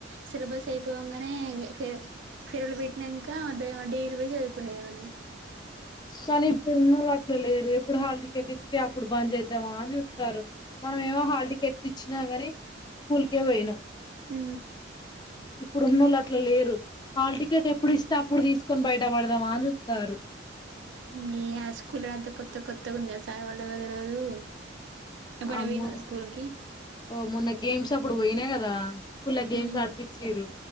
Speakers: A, on the right (about 70°); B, on the left (about 20°).
A: సిలబస్ అయిపొంగనే ఫేర్ ఫేర్వెల్ పెట్టినంక డైలీ పోయి చదువుకునేది మనం
B: కాన్ ఇప్పుడ్ అట్ల లేరు ఎప్పుడు హాల్ టికెట్ ఇస్తే అప్పుడు బంద్ జేద్దామా అని చూత్తాన్. రు మనమేమో హాల్టి కెట్స్ ఇచ్చిన గని స్కూల్కే పోయినం.
A: మ్
B: ఇప్పుడున్నోళ్ళు అట్లా లేరు హాల్ టికెట్ ఎప్పుడ్ ఇస్తే అప్పుడ్ తీస్కొని బయటపడ్దామా అన్ చూత్తారు.
A: నీ ఆ స్కూలే అంత కొత్త కొత్తగుంది అ సార్ వాళ్ళెవరో తెల్వదు. ఎప్పుడైనా
B: అమ్మో
A: పోయినవా స్కూల్ కి
B: ఒ మొన్న గేమ్స్ అప్పుడు పోయిన కదా స్కూళ్ల గేమ్స్
A: మ్
B: ఆడిపిచ్చిరు.